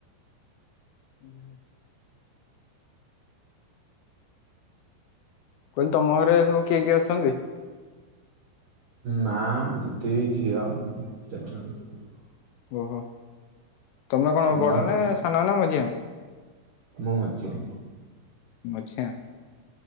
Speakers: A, on the left; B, on the right.
A: ହୁଁ। କୁଲୁ ତମ ଘରେ ସବୁ କିଏ କିଏ ଅଛନ୍ତି?
B: ମା ଦିଦି ଝିଅ ମୁଁ ଚାରିଜଣ।
A: ଓ ହୋ ତମେ କଣ
B: ତମର?
A: ବଡ଼ ନାଁ ସାନ ନାଁ ମଝିଆ?
B: ମୁଁ ମଝିଆଁ।
A: ମଝିଆ